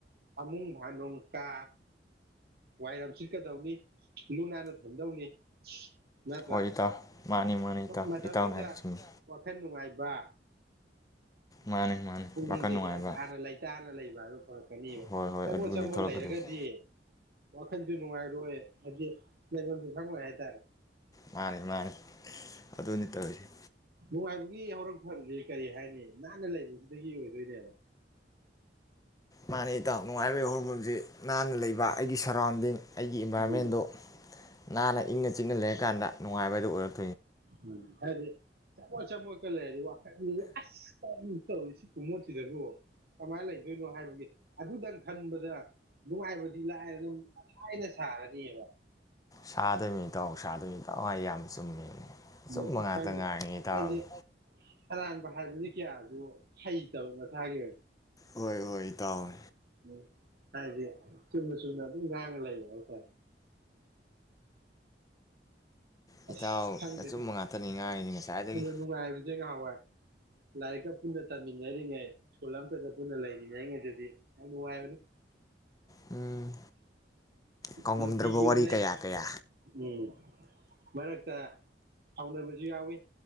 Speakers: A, on the right; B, on the left.
A: ꯐꯃꯨꯡ ꯐꯥꯅꯨꯡ ꯀꯥ ꯋꯥꯏꯔꯝ ꯁꯤꯠꯀꯗꯧꯅꯤ ꯂꯨ ꯅꯥꯟꯅ ꯊꯝꯗꯧꯅꯤ ꯅꯠꯇ꯭ꯔꯥ
B: ꯍꯣꯏ ꯏꯇꯥꯎ ꯃꯥꯅꯤ ꯃꯥꯅꯤ ꯏꯇꯥꯎ
A: ꯃꯇꯝꯗꯨꯗ
B: ꯏꯇꯥꯎꯅ ꯍꯥꯏꯕ ꯆꯨꯝꯃꯤ
A: ꯋꯥꯈꯜ ꯅꯨꯡꯉꯥꯏ ꯋꯥ
B: ꯃꯥꯅꯤ ꯃꯥꯅꯤ
A: ꯄꯨꯛꯅꯤꯡꯁꯤ
B: ꯋꯥꯈꯜ ꯅꯨꯡꯉꯥꯏꯕ
A: ꯒꯌ꯭ꯥꯟꯇꯥꯅꯥ ꯂꯩꯇꯥꯅ ꯂꯩꯕ ꯑꯗꯨ ꯐꯪꯂꯛꯀꯅꯦꯕꯥ
B: ꯍꯣꯏ ꯍꯣꯏ
A: ꯆꯥꯃꯣꯠ
B: ꯑꯗꯨꯅꯤ
A: ꯆꯥꯃꯣꯠ
B: ꯊꯣꯛꯂꯛꯀꯗꯣꯏꯁꯦ
A: ꯂꯩꯔꯒꯗꯤ ꯋꯥꯈꯟꯁꯨ ꯅꯨꯡꯉꯥꯏꯔꯣꯏ ꯍꯧꯖꯤꯛ ꯂꯩꯕꯁꯨ ꯈꯪꯉꯣꯏ ꯍꯥꯏꯇꯥꯔꯦ
B: ꯃꯥꯅꯤ ꯃꯥꯅꯤ ꯑꯗꯨꯅꯤ ꯇꯧꯔꯤꯁꯦ
A: ꯅꯨꯡꯉꯥꯏꯕꯒꯤ ꯍꯧꯔꯛꯐꯝꯁꯦ ꯀꯔꯤ ꯍꯥꯏꯅꯤ ꯅꯥꯟꯅ ꯂꯩꯕꯁꯤꯗꯒꯤ ꯑꯣꯏꯗꯣꯏꯅꯦꯕ
B: ꯃꯥꯅꯦ ꯏꯇꯥꯎ ꯅꯨꯡꯉꯥꯏꯕꯒꯤ ꯍꯧꯔꯛꯐꯝꯁꯤ ꯅꯥꯟꯅ ꯂꯩꯕ ꯑꯩꯒꯤ ꯁꯛ ꯁꯔꯥꯎꯟꯗꯤꯡ ꯑꯩꯒꯤ ꯏꯟꯚꯥꯏꯔꯣꯟꯃꯦꯟꯗꯣ
A: ꯎꯝ
B: ꯅꯥꯟꯅ ꯏꯪꯅ ꯆꯤꯛꯅ ꯂꯩꯔꯛꯀꯥꯟꯗ ꯅꯨꯡꯉꯥꯏꯕꯗꯨ ꯑꯣꯏꯔꯛ
A: ꯎꯝ ꯍꯥꯏꯗꯤ ꯆꯃꯣꯠ ꯆꯃꯣꯠꯀ ꯂꯩꯔꯗꯤ ꯋꯥꯈꯜꯅꯤ ꯑꯁ ꯀ ꯇꯧꯔꯤ ꯁꯤ ꯈꯨꯃꯣꯠꯁꯤꯗꯕꯨ ꯀꯃꯥꯏꯅ ꯂꯩꯗꯣꯏꯅꯣ ꯍꯥꯏꯕꯒꯤ ꯑꯗꯨꯗꯪ ꯈꯟꯕꯗ ꯅꯨꯡꯉꯥꯏꯕꯗꯤ ꯂꯥꯏꯔꯗꯥꯅꯥ ꯃꯊꯥ ꯍꯦꯟꯅꯥ ꯁꯥꯔꯅꯦꯕꯥ
B: ꯁꯥꯗꯣꯏꯅꯤ ꯇꯥꯎ ꯁꯥꯗꯣꯏꯅꯤ ꯇꯧ ꯑꯩ ꯌꯥꯝ ꯆꯨꯝꯃꯤꯅꯦ
A: ꯎꯃ
B: ꯑꯆꯨꯝꯕ ꯉꯥꯛꯇ
A: ꯈꯪꯗꯦ
B: ꯉꯥꯡꯉꯤ ꯏꯇꯥꯎꯒꯤ
A: ꯍꯥꯏꯗꯤ ꯑꯔꯟꯕ ꯍꯟꯅꯗꯤ ꯀꯌꯥꯁꯨ ꯍꯩꯇꯕ ꯃꯁꯥꯒꯤ
B: ꯍꯣꯏ ꯍꯣꯏ ꯏꯇꯧ
A: ꯎꯝ ꯍꯥꯏꯗꯤ ꯆꯨꯝꯅ ꯆꯨꯝꯅ ꯑꯗꯨꯝ ꯉꯥꯡꯉ ꯂꯩꯕ ꯍꯥꯏꯇꯥꯏ
B: ꯏꯇꯥꯎ
A: ꯑꯁ ꯈꯪꯗꯦꯗ
B: ꯑꯆꯨꯝꯕ ꯉꯥꯛꯇꯅꯤ ꯉꯥꯡꯉꯤꯁꯤ ꯉꯁꯥꯏꯗꯒꯤ
A: ꯅꯨꯡꯉꯥꯏꯕꯁꯦ ꯉꯍꯥꯏ ꯋꯥꯏ ꯂꯥꯏꯔꯤꯛꯀ ꯄꯨꯟꯅ ꯇꯝꯃꯤꯟꯅꯔꯤꯉꯩ ꯁ꯭ꯀꯨꯜ ꯑꯝꯇꯗ ꯄꯨꯟꯅ ꯂꯩꯃꯤꯟꯅꯔꯤꯉꯩꯗꯗꯤ ꯌꯥꯝ ꯅꯨꯡꯉꯥꯏꯔꯝꯃꯤ
B: ꯎꯝ ꯀꯥꯎꯉꯝꯗ꯭ꯔꯕ
A: ꯅꯨꯡꯇꯤꯒꯤ
B: ꯋꯥꯔꯤ
A: ꯎꯅꯩ
B: ꯀꯌꯥ ꯀꯌꯥ
A: ꯎꯝ ꯃꯔꯛꯇ ꯁꯥꯎꯅꯕꯁꯨ ꯌꯥꯎꯋꯤ